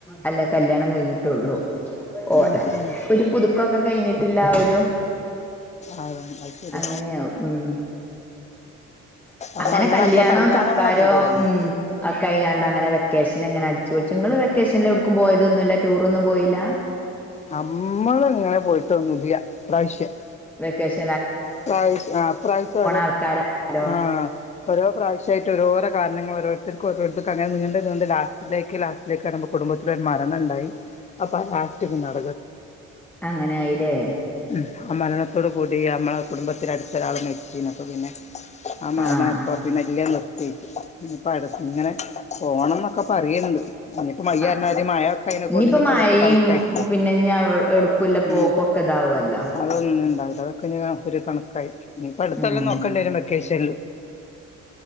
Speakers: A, in the centre; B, on the left (about 25°).
A: അല്ലെ കല്യാണം കഴിഞ്ഞിട്ടുള്ളു ഓ
B: ഉം ഉം
A: ഒരു പുതുക്കൊക്കെ കഴിഞ്ഞിട്ടില്ല ഒരു
B: ആഹ് അത് ശരി
A: അങ്ങനെയാവും ഉം
B: അപ്പൊ
A: അങ്ങനെ
B: അങ്ങനൊക്കെ
A: കല്യാണോ
B: കല്യാണങ്ങൾ
A: ചക്കാരോ
B: അങ്ങോട്ട് കഴിഞ്ഞു
A: ഉം കഴങ്ങാണ്ട അങ്ങനെ വെക്കേഷൻ എങ്ങനെ അടിച്ചുോളിച്ചു നിങ്ങങ്ങള് വെക്കേഷനിൽ എടടുക്കും പോയതൊന്നും ഇല്ല ടൂറൊന്നും പോയില്ല
B: നമ്മള ഇങ്ങനെ പോയിട്ട് വന്നു ഇതി പ്രാവശ്യം
A: വെക്കശ
B: പ്രൈസ് ആ പ്രൈസ്
A: ആൾക്കാരാണല്ലോ
B: ആ ഓരോ പ്രാവശ്യമായിട്ട് രോരോ കാരണങ്ങൾ ഓരോ ഇത്തർക്കക്ക് ഓരോത്തർ അങ്ങനെ നീണ്ട്ീണ്ട് ലാസ്റ്റിലേക്ക് ലാസ്റ്റിലേക്ക് വറുമ്പോ കുടുംബത്തിലൽ ഒരു മരണം ഉണ്ടായി അപ്പൊ ആ ലാസ്റ്റ് പിന്നെ-
A: അങ്ങനെ ആായില്ലേ?
B: ഉം ആ മരണത്തോടു കൂടി നമ്മളെ കുടുംബത്തിലാടുതൊരാൾ മരിച്ചീനി അപ്പൊ പിന്നെ- ആ മരണ
A: ആഹ്
B: ഇപ്പ പിന്നെ ഇല്ല- ഇപ്പ അടത്ത് ഇങ്ങനെ പോണം ന്നൊക്കെ പറയ്ണ്ട്. അ ഇനി ഇപ്പൊ മയ്യറിഞ്ഞാതി
A: ആഹ്
B: മഴൊക്കെ അയിനെകൊണ്ട്
A: ഇനിയിപ്പ
B: ഇനി ഇപ്പതൊക്കെ
A: മഴയും
B: കണക്കാരിക്കും
A: പിന്നെ ഇനി എവിടക്കുല്ല
B: ഉം.
A: പോക്കൊക്കെ ഇതാവല്ലോ
B: അതൊന്നുണ്ടാവില്ല അതൊക്കെ ഇനി ആഹ് ഒരു കണക്കായി. ഇനിപ്പ അടുത്തോല്ലാം
A: ഉം
B: നോക്കണ്ടിവരും വെക്കേഷലും